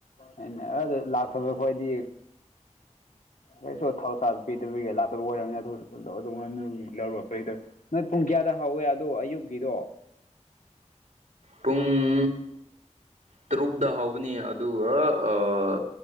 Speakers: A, on the left; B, on the right.
A: ꯑꯩꯅ ꯑꯥ ꯂꯥꯛꯇꯕ ꯈꯣꯏꯗꯤ ꯑꯩꯁꯨ ꯊꯧꯁꯥꯄꯤꯗꯕꯤꯒ ꯂꯥꯛꯇꯕ ꯑꯣꯏꯔꯕꯅꯤ ꯑꯗꯨ ꯉꯥꯅꯨ ꯂꯧꯔ ꯀꯩꯗ ꯄꯨꯡ ꯀꯌꯥꯗ ꯍꯧꯋꯦ ꯑꯗꯣ ꯑꯌꯨꯛꯀꯤꯗꯣ
B: ꯄꯨꯡ ꯇꯔꯨꯛꯗ ꯍꯩꯒꯅꯤ ꯑꯗꯨꯒ ꯑꯥ